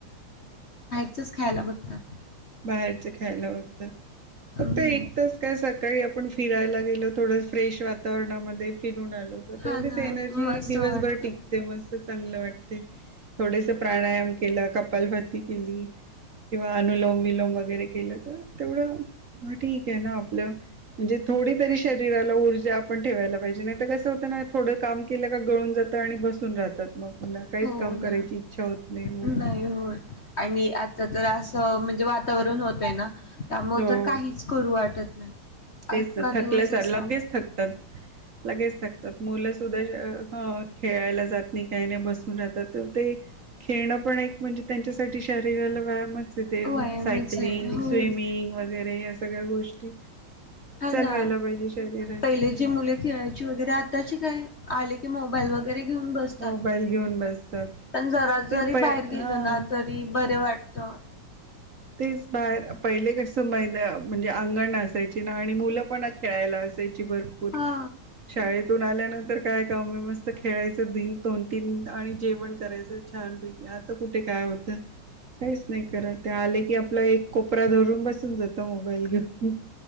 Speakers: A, on the left; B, on the right.
A: चच खायला बघतात.
B: बाहेरच खायला बघतात
A: हम्म
B: फक्त एकटच काय सा काही आपण फिरायला गेलो थोडं फ्रेश वातावरणामध्ये फिरून आलो तर
A: हा
B: तेवढीच
A: ना
B: एनर्जी
A: मस्त
B: दिवसभर
A: वाटत
B: टिकते मस्त चांगलं वाटत ते थोडेसे प्राणायम केला कपल भात्ती केली किंवा अनुलोम विलोम वगैरे केलं तर तेवढं हा ठीक आहे ना आपलं म्हणजे थोडी तरी शरीराला ऊर्जा आपण ठेवायला पाहिजे नाही तर कसं होतं ना थोडं काम केलं का गळून जातं आणि बसून राहतात मग पुन्हा काहीच
A: हो
B: काम
A: ना
B: करायची इच्छा होत मग
A: नाही होत आणि मी आता तर आसं म्हण जे वातावरण होतय ना त्यामुळ
B: हो
A: तर काहीच करू वाटत <inaudible>
B: तेच
A: अका
B: त थकल्यासार
A: दिवस असा
B: लगेच थकतात लगेच थकतात मुलं सुद्धा खेळायला जात नाही काही नाही बसून राहतात तर ते खेळणं पण एक म्हणजे त्यांच्यासाठी शरीराला व्यायाम च ते
A: व्यायामच
B: सायकलिंग,
A: आहे हो
B: स्विमिंग वगैरे आस सगळ्या गोष्टी
A: हा ना
B: व्हायला पाहिजे शरीराची
A: पहिले
B: तशी
A: जी मुले खेळायची वगैरे आताची काय आले की मोबाईल वगैरे घेऊन बसतात
B: मोबाईल घेऊन बसतात
A: पण जरा
B: ते
A: जरी
B: प
A: बाहेर गेल
B: हा
A: ना तरी बर वाटतं.
B: तेच बाहेर पहिले कसं महिन्या म्हणजे अंगण असायची ना आणि मुलं पण खेळायला असायची भरपूर
A: हा
B: शाळेत तुन आल्यानंतर काय काम मस्त खेळायचं दीड दोन तास आणि जेवण करायचं छानपैकी आ कुठे काय होत काहीच नाही करत ते आले की आपला एक कोपरा धरून बसून जातो मोबाईल घेऊन